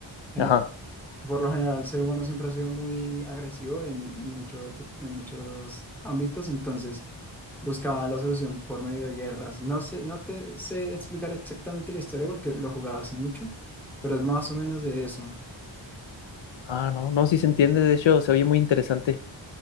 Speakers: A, in the centre; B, on the left.
A: gene-
B: Ajá.
A: que por lo general el ser humano siempre ha sido muy agresivo en, en, mucho ti- en muchos ámbitos, entonces buscaba la solución por medio de guerras. No sé, no te sé explicar exactamente la historia porque lo jugaba hace mucho, pero es más o menos de eso.
B: Ah, no, no, sí se entiende, de hecho, se oye muy interesante.